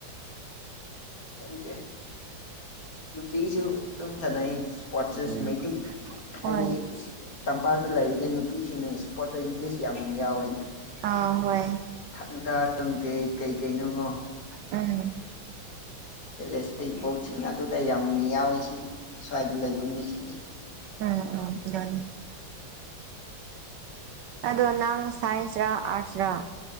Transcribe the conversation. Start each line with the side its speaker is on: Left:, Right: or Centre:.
Left: ꯍꯦ ꯅꯨꯄꯤꯁꯨ ꯑꯗꯨꯝ ꯁꯥꯟꯅꯩ ꯏꯁꯄꯣꯔꯠꯁꯦꯁ
Right: ꯎꯝ
Left: ꯃꯩꯇꯩ
Right: ꯍꯣꯏ
Left: ꯍꯥꯏꯗꯤ ꯇꯝꯄꯥꯛꯇ ꯂꯩꯔꯤꯁꯦ ꯅꯨꯄꯤꯁꯤꯡꯅ ꯏꯁꯄꯣꯔꯠꯇ ꯏꯇꯦꯁ ꯌꯥꯝ ꯌꯥꯎꯋꯦꯅꯦ
Right: ꯑꯥ ꯍꯣꯏ
Left: ꯈꯪ ꯇ ꯈꯪꯗꯦ ꯀꯩ ꯀꯩꯅꯣꯉꯣ
Right: ꯎꯝ
Left: ꯏꯂꯁꯇꯤꯛ ꯕꯣꯛꯁꯤꯡ ꯑꯗꯨꯗ ꯌꯥꯝꯅ ꯌꯥꯎꯋꯤ ꯁꯤ ꯁ꯭ꯋꯥꯏꯗ ꯂꯩꯕ ꯃꯤꯁꯤꯡꯅꯤ
Right: ꯎꯝ ꯎꯝ ꯑꯗꯨꯅꯤ ꯑꯗꯣ ꯅꯪ ꯁꯥꯏꯟꯁꯔꯥ ꯑꯥꯔꯠꯁꯔ